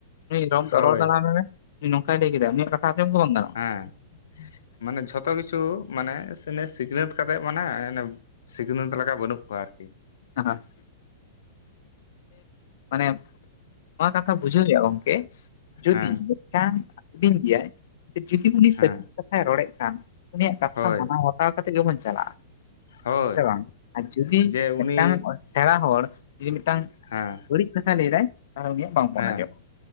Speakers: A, on the left; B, on the left.
A: ᱨᱚᱲ
B: ᱦᱳᱭ
A: ᱫᱟᱲᱟᱢ ᱮᱢᱮ, ᱱᱚᱝᱠᱟᱭ ᱞᱟᱹᱭ ᱠᱮᱫᱟ ᱩᱱᱤᱭᱟ ᱠᱟᱛᱷᱟ ᱟᱡᱚᱢ ᱜᱮ ᱵᱟᱝ ᱜᱟᱱᱚ
B: ᱦᱮᱸ ᱢᱟᱱᱮ ᱡᱷᱚᱛᱚ ᱠᱤᱪᱷᱩ ᱠᱤᱪᱷᱩ ᱢᱟᱱᱮ ᱥᱤᱠᱷᱱᱟᱹᱛ ᱠᱟᱛᱮ ᱢᱟᱱᱮ ᱥᱤᱠᱷᱱᱟᱹᱛ ᱞᱮᱠᱟ ᱵᱟᱹᱱᱩᱜ ᱠᱚᱣᱟ ᱟᱨᱠᱤ᱾
A: <unintelligible> ᱢᱟᱱᱮ ᱱᱚᱣᱟ ᱠᱟᱛᱷᱟ ᱵᱩᱡᱟᱹᱣ ᱦᱩᱭᱩᱜ-ᱟ ᱜᱚᱢᱠᱮ᱾ ᱡᱩᱫᱤ
B: ᱦᱮᱸ
A: ᱢᱤᱫᱴᱟᱝ ᱦᱩᱰᱤᱧ ᱜᱮᱭᱟᱭ ᱡᱩᱫᱤ ᱩᱱᱤ
B: ᱦᱮᱸ
A: ᱥᱟᱨᱤ ᱠᱟᱛᱷᱟᱭ ᱨᱚᱲᱮᱫ ᱠᱷᱟᱱ ᱩᱱᱤᱭᱟᱜ ᱠᱟᱛᱷᱟ
B: ᱦᱳᱭ
A: ᱢᱟᱱᱟᱣ ᱵᱟᱛᱟᱣ ᱠᱟᱛᱮ ᱜᱮᱵᱚᱱ ᱪᱟᱞᱟᱜ-ᱟ
B: ᱦᱳᱭ
A: ᱥᱮ ᱵᱟᱝ, ᱟᱨ ᱡᱩᱫᱤ
B: ᱡᱮ
A: ᱢᱤᱫᱴᱟᱝ
B: ᱩᱱᱤ
A: ᱥᱮᱬᱟ ᱦᱚᱲ ᱡᱩᱫᱤ ᱢᱤᱫᱴᱟᱝ
B: ᱦᱮᱸ,
A: ᱵᱟᱹᱲᱤᱡ ᱠᱟᱛᱷᱟ ᱞᱟᱹᱭᱫᱟᱭ ᱛᱟᱦᱚᱞᱮ ᱩᱱᱤᱭᱟᱜ ᱵᱟᱝ ᱵᱚᱱ
B: ᱦᱮᱸ
A: ᱟᱸᱡᱚᱢ-ᱟ